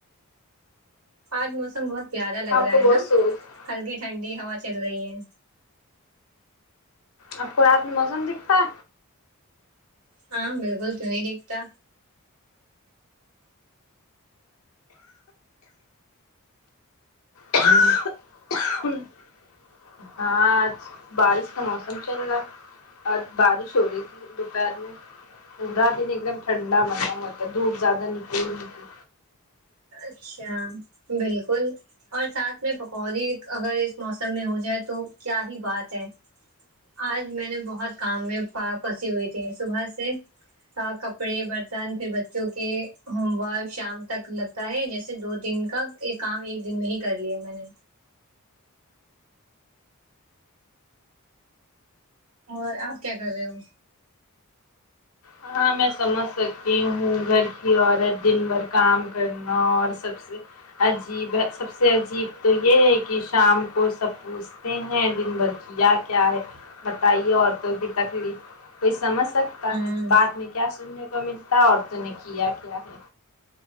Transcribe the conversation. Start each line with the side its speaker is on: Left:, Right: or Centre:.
Right: آج موسم بہت پیارا لگ
Left: آپ
Right: رہا
Left: کو
Right: ہے
Left: بہت
Right: نا
Left: سوچ
Right: ہلکی ٹھنڈی ہوا چل رہی ہے
Left: اب کو رات میں موسم دکھتا
Right: ہاں بالکل کیو نہیں دکھتا
Left: کہوں کہوں ہاں آج بارش کا موسم چل رہا آج بارش ہو رہی تھی دوپہر میں پورا دن ایک دم ٹھنڈا بنا ہوا تھا دھوپ زیادہ نکل نہیں تھی
Right: اچھا بالکل اور ساتھ میں پکوڑے اگر اس موسم میں ہو جائے تو کیا ہی بات ہے آج میں نے بہت کام میں ف پھنسی ہوئی تھی صبح سے کا کپڑے برتن پھر بچوں کے ہوم ورک شام تک لگتا ہے جیسے دو دن کا کام ایک دن میں ہی کر لیے میں نے اور آپ کیا کر رہے ہو
Left: ہاں میں سمجھ سکتی ہوں گھر کی عورت دن بھر کام کرنا اور سب سے عجیب ہے سب سے عجیب تو یہ ہے کہ شام کو سپ پوچھ تے ہیں دن بھر کیا کیا ہے بتائیے عورتوں کی تکلیف کوئی سمجھ سکتا
Right: ہوں
Left: ہے بعد میں کیا سننے کو ملتا عورتوں نے کیا کیا ہے